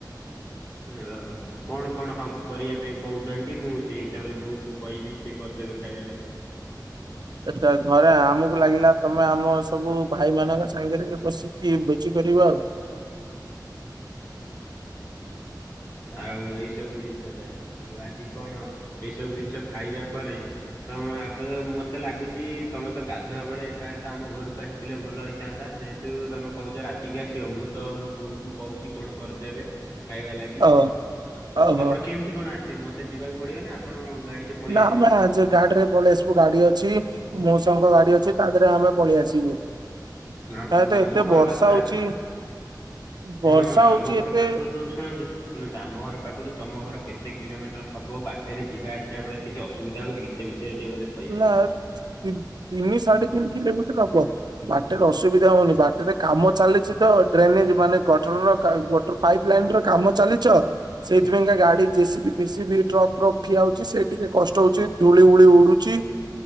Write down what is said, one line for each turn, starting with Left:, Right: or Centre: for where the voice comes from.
Right: <unintelligible>
Left: ଓହୋ କଣ କଣ ହବ କରିବା ପାଇଁ କହୁନାହାନ୍ତି ମୁଁ ସେଇ ହିସାବରେ ବୋଉଙ୍କୁ କହିବି ସେ କରିଦେବେ ଖାଇବା ଲାଗି
Right: ଏଟା ଘରେ ଆମକୁ ଲାଗିଲା ତମେ ଆମ ସବୁ ଭାଇମାନାନଙ୍କ ସାଙ୍ଗରେ ବସିକି ବୋଚି କରିବ ଆଉ
Left: ହଁ। ଆଉ ଏଇ ସବୁ ଜିନିଷ ତାହେଲେ ଆଉ ଆଜି କଣ ଏଇ ସବୁ ଜିନିଷ ଖାଇବା ପରେ ତମ ଏବେ ମତେ ଲାଗୁଛି ତମେ ତ ଗାଧୁଆ ବେଳେ ପ୍ରାୟତଃ ଆମ ଘରକୁ ଆ ଥିଲେ ଭଲ ହେଇଥାନ୍ତା ଯେହେତୁ ତମେ କହୁଛ ରାତିକି ଆସିବ ମୁଁ ତ ମୋ ବୋଉ କୁ କହୁଛି କଣ କରିଦେବେ ଖାଇବା ଲାଗି
Right: ଓ
Left: ଅ
Right: ଓହୋ
Left: ଆପଣ କେମିତି କଣ ଆସିବେ ମତେ ଯିବାକୁ ପଡିବ ନା ଆପଣ ଗାଡିରେ ପଳେଇ
Right: ନାଆ
Left: ଆସିବେ।
Right: ନାଁ ଯେ ଗାଡିରେ ପଳେଇ ଆସ ମୁଁ ଗାଡି ଅଛି ମଉଷାଙ୍କ ଗାଡି ଅଛି ତା ଦେହରେ ଆମେ ପଳେଇ ଆସିବୁ
Left: ଆଉ
Right: ପ୍ରାୟତଃ
Left: ଆମ
Right: ଏତେ
Left: ଘର
Right: ବର୍ଷା
Left: ପାଖରୁ
Right: ହଉଛି।
Left: ଆ
Right: ବର୍ଷା
Left: ହଁ
Right: ହଉଛି
Left: ଆମ ଘର
Right: ଏତେ
Left: ପାଖରୁ ଶୁଣନ୍ତୁ ଶୁଣ ଆମ ଘର ପାଖରୁ ତମ ଘର କେତେ କିଲୋମିଟର ହବ ବାଟରେ ଯିବା ଆସିବା ବେଳେ କିଛି ଅସୁବିଧା ହଉଛି କି? ସେ ବିଷୟରେ ଟିକେ ମତେ କହିବେ।
Right: ନା ତିନ ତିନି ସାଢ଼େ ତିନି କିଲୋମିଟର ହବ। ବାଟରେ ଅସୁବିଧା ହଉନି ବାଟରେ କାମ ଚାଲିଛି ତ ଡ୍ରେନେଜ ମାନେ ଗଟରର ୱା ପାଇପ୍ ଲାଇନ ର କାମ ଚାଲିଛ ସେଇଥି ପାଇଁକା ଗାଡି ଯେ ସି ବି ଫେସିବି ଟ୍ରକ୍ ଫ୍ରକ୍ ଠିଆ ହଉଛି ସେ ଟିକେ କଷ୍ଟ ହଉଛି ଧୂଳି ଉଳି ଉଡୁ ଚି